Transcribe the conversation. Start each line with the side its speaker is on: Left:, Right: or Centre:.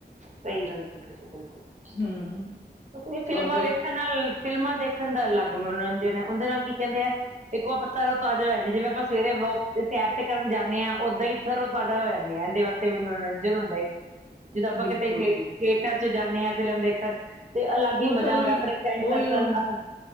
Right: ਸਈ ਗੱਲ ਕਈ ਤੁਸੀ ਬਿਲਕੁੱਲ
Left: ਹਮ
Right: ਫਿਲਮਾਂ
Left: ਔਰ ਬਈ
Right: ਵੇਖ ਨਾਲ ਫਿਲਮਾਂ ਦੇਖਣ ਦਾ ਅਲੱਗ ਮਨੋਰੰਜਨ ਐ ਓਦੇ ਨਾਲ ਕੀ ਕੇਦੇ ਐ ਇੱਕੋ ਆਪਾਂ ਤਰੋਂ ਤਾਜਾ ਹੋ ਜਾਨੇ ਆ ਜਿਵੇਂ ਆਪਾਂ ਸਵੇਰੇ ਵੋਕ ਸੈਰ ਤੇ ਕਰਨ ਜਾਨੇ ਆ ਓਦਾਂ ਈ ਤਰੋ ਤਾਜ਼ਾ ਹੋ ਜਾਂਨੇ ਆ ਏਂਦੇ ਵ ਤੇ ਵੀ ਮਨੋਰੰਜਨ ਹੁੰਦਾ ਇੱਕ ਜਦੋਂ ਆਪਾਂ
Left: ਬਿਲਕੁਲ
Right: ਕੱਠੇ ਥੇ ਥੀਏਟਰ
Left: ਬਿਲਕੁਲ
Right: ਚ ਜਾਂਨੇ ਆ ਫਿਲਮ ਦੇਖਨ ਤੇ ਅਲੱਗ
Left: ਉਹ
Right: ਈ ਮਜ਼ਾ
Left: ਚਲੋ
Right: ਆਂਦੈ ਆਪਨੇ ਫਰੈਂਡ
Left: ਉਹੀ
Right: ਸਰਕਲ
Left: ਹੁਣ
Right: ਆਪ